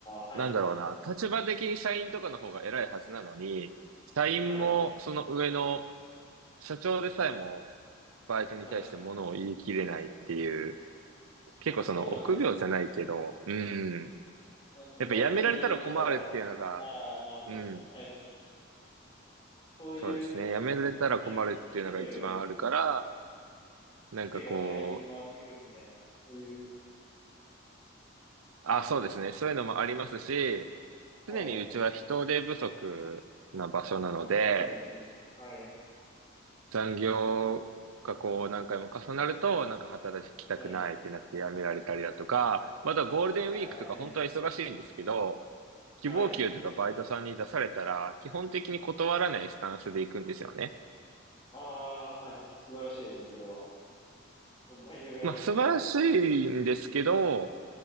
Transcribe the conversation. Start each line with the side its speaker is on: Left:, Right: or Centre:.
Left: あ、はい、
Right: う、なんだろうな、立場的に社員とかの方が偉いはずなのに、社員も、
Left: はい、
Right: その上の、社長でさえも、バイトに対してものを言い切れないっていう、
Left: はい。
Right: 結構その臆病じゃないけど、
Left: あ、そうなんですか。
Right: うん。
Left: なんですか、
Right: やっぱやめられたら困るっていうのが、
Left: バイトに言ったら、ああ、まあ確かに、
Right: うん。
Left: はい。そういうものをつけ、
Right: そうですね。やめられたら困るっていうのが一番あるから、
Left: つけという
Right: なんかこう、
Left: けが社員に回ってくるみたいな、そういう、
Right: あ、そうですね。そういうのもありますし、
Left: はい。
Right: 常にうちは人手不足な場所なので、
Left: あ、そうなんですね。はい。
Right: 残業がこう何回も重なると、なんか働きたくないってなって辞められたりだとか、
Left: はい。
Right: またゴールデンウィークとか本当は忙しいんですけど、
Left: はい、はい、はい。
Right: 希望給とかバイトさんに出されたら、
Left: はい。
Right: 基本的に断らないスタンスで行くんですよね。
Left: ああ、はい。素晴らしいですね、それは。バイト側からしたら。
Right: まあ、素晴らしいんですけど、
Left: <laughs>